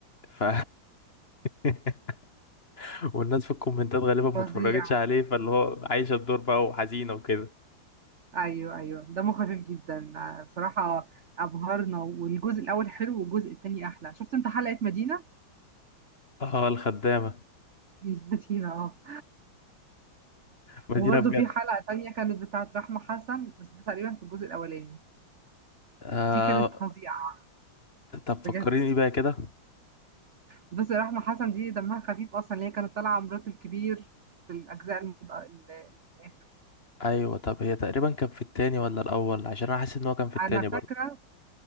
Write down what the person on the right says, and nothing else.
فظيع
ايوه ايوه دمه خفيف جدا آه، بصراحه ابهرنا والجزء الاول حلو والجزء التاني احلى شفت انت حلقه مدينه
<laughs> مدينه اه
وبرده
في حلقه تانية كانت بتاعه رحمه حسن بس ده تقريبا في الجزء الاولاني
دي كانت فظيعه
بجد
بس رحمه حسن دي دمها خفيف اصلا اللي هي كانت طالعه مرات الكبير في الاجزاء المت... ال- ال- الاخر
انا فاكره